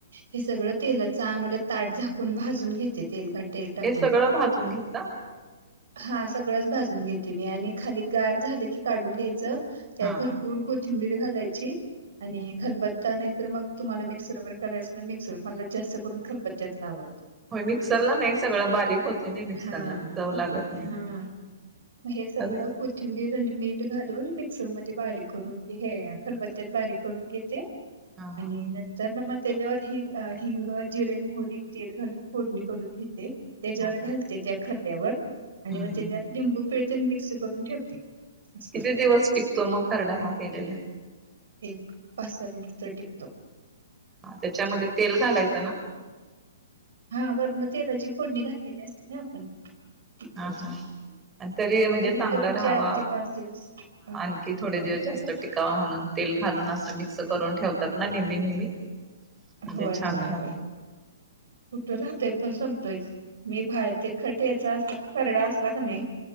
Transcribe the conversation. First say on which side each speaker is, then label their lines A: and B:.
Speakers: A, on the right; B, on the right.
A: हे सगळं तेलात चांगलं ताट झा ण भाजून घेते तेलकट तेल टाकून
B: हे सगळं भाजून घेतता
A: हा सगळंच भाजून घेते मी आणि खाली गार झालं की काढून घ्यायचं त्यात
B: हा.
A: भरपूर कोथिंबीर घालायची आणि खलबत्ता नाही तर मग तुम्हाला मिक्सरवर करायचं ना मिकसर मला जास्त करून खलबत्यातला आवडतं
B: हो मिक्सरला नाही सगळं बारीक होते नाही मिक्सरला
A: हा
B: चव लागत
A: होत
B: नाही.
A: हा हे सगळं
B: हल
A: कॊथिंबीर नी मीठ घालून मिक्सर मध्ये बारीक करून घ हे खलबत्त्यात बारीक करून घेते.
B: हा हा
A: आणि नंतर ना मग त्याच्यावर हिंग हिंग जिरे मोरी तर घालून फोडणी करून घेते त्याच्यावर
B: हा हा हम्म
A: घालते त्या खरल्यावर आणि मग
B: हम्म.
A: त्याच्यात लिंबू पिळते मिक्स करून ठेवते. असं
B: किती
A: करते.
B: दिवस टिकतो मग खरडा हा केलेला.
A: एक पाच सहा दिवस त टीकतो.
B: हा त्याच्यामध्ये तेल घालायचं ना.
A: हा वरन र्तेलाची फोडणी घातलेली असती ना आपण टिकतो
B: हा
A: चांगला
B: हा आणि तरी म्हणजे
A: कमीत
B: चांगलं
A: कमी
B: राहावा.
A: चार ते पाच दिवस राहतो
B: आणखी थोडे
A: होय
B: दिवस जास्त टिकावा म्हणून तेल घालून अस मिक्स करून ठेवतात ना नेहमी नेहमी म्हणजे
A: होय
B: छान
A: होय
B: राहतो.
A: होय कुठं राहतय पण संपतोयच. मी बाय ते खटेचा अस खरडा असला का नाही